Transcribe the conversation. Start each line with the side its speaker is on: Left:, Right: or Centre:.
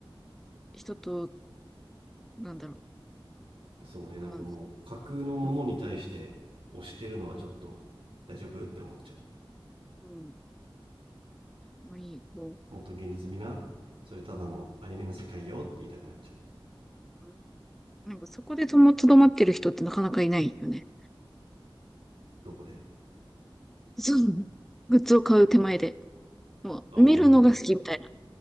Centre: 人と、なんだろ
Right: そうねなんかもう架空のものに対して推してるのはちょっと大丈夫って思っちゃう
Centre: う。まあ、うん、うん、まあいい、こ
Right: もっと現実味なそれただのアニメの世界よって言いたくなっちゃう
Centre: う、うんなんかそこでとも、とどまってる人ってなかなかいないよね。
Right: どこで
Centre: そう。グッズを買う手前で。もう、
Right: あ俺みたいなこと
Centre: 見るのが好きみたいな。